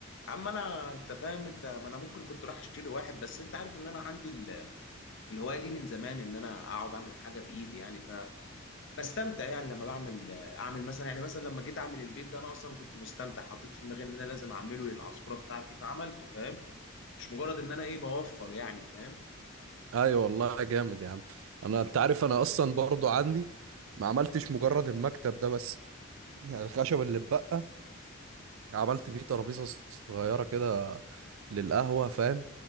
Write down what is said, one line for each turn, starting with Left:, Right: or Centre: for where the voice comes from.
Left: يا عم انا انت فاهم انت ما انا ممكن كنت رايح اشتري واحد بس انت عارف ان انا عندي ال- الهوايه دي من زمان ان انا اقعد اعمل حاجه بايدي يعني ف بستمتع يعني لما بعمل اعمل مثلا يعني مثلا لما جيت اعمل البيت ده انا اصلا كنت مستمتع حطيت في دماغي ان انا لازم اعمله للعصفوره بتاعتي فعملته فاهم مش مجرد ان انا ايه بوفر يعني فاهم
Right: ايوه والله جامد يا عم انا انت عارف انا اصلا برضو عندي ما عملتش مجرد المكتب ده بس يعني الخشب اللي اتبقى عملت بيه ترابيزه صغيره كده للقهوه فاهم